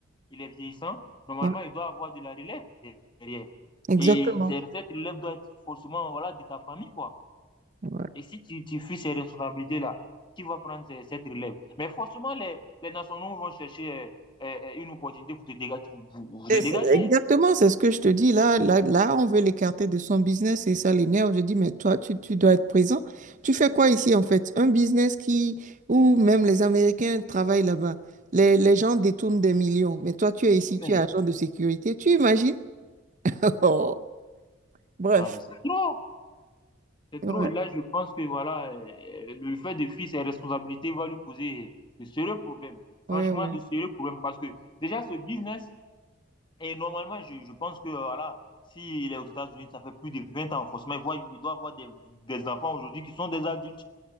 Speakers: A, on the left (about 25°); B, on the right (about 40°).
A: il est vieillissant, normalement,
B: ouais,
A: il doit avoir de la relève derrière.
B: Exactement.
A: Et c'est- cette relève doit être forcément, voilà, de ta famille, quoi.
B: ouais.
A: Et si tu, tu fuis ces responsabilités-là, qui va prendre ces- cette relève? Mais forcément, les, les nationaux vont chercher euh, euh, une opportunité pour te dégager, pour, pour- pour
B: Et
A: te dégager.
B: c'est- Exactement, c'est ce que je te dis. Là, là, là, on veut l'écarter de son business et ça l'énerve. Je dis, mais toi, tu, tu dois être présent. Tu fais quoi ici, en fait? Un business qui, où même les Américains travaillent là-bas. Les, les gens détournent des millions. Mais toi, tu es ici,
A: Ah, mais,
B: tu es agent de sécurité. Tu imagines? <laughs> Oh. Bref.
A: ah, mais c'est trop! C'est
B: Ouais,
A: trop. Là, je pense que voilà, euh, euh, le fait de fuir ses responsabilités va lui causer de sérieux problèmes. Franchement,
B: ouais, ouais.
A: de sérieux problèmes. Parce que déjà, ce business, et normalement, je, je pense que voilà, s'il est aux États-Unis, ça fait plus de 20 ans. Forcément, il voit, il doit avoir des, des enfants aujourd'hui qui sont des adultes.